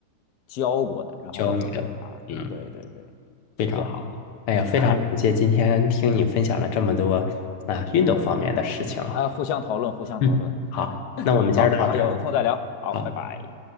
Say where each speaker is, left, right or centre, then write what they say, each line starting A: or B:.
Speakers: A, on the left; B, on the left.
A: 教过的，然后我很会玩儿对对对，
B: 教你的，嗯，非常好。
A: 是这样的。
B: 哎呀，非常感谢今天听你分享了这么多啊运动方面的事情啊。
A: 嗨，啊，互相讨论，互相讨论。
B: 嗯，好，
A: <laughs>
B: 那我们今儿到这儿。
A: 好好，有空再聊。好，
B: 好。
A: 拜拜。